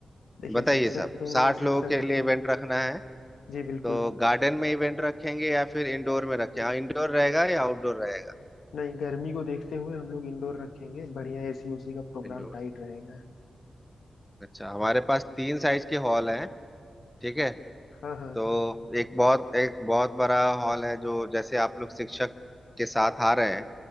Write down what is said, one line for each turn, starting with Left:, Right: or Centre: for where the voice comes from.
Left: देखिए
Centre: बताइए
Left: शिक्षक
Centre: सब
Left: तो
Centre: साठ
Left: शिक्षक
Centre: लोगों के
Left: होते
Centre: लिए
Left: हैं
Centre: इवेंट रखना है
Left: जी बिल्कुल
Centre: तो गार्डन में इवेंट रखेंगे या फिर इंडोर में रखें हाँ, इंडोर रहेगा या आउटडोर रहेगा
Left: नहीं गर्मी को देखते हुए हम लोग इंडोर रखेंगे बढ़िया एसी उसी का प्रोग्राम
Centre: इंडोर
Left: टाइट रहेगा
Centre: अच्छा हमारे पास तीन साइज के हॉल हैं ठीक है
Left: हाँ हाँ
Centre: तो एक बहुत एक बहुत बड़ा हॉल है जो जैसे आप लोग शिक्षक के साथ आ रहे हैं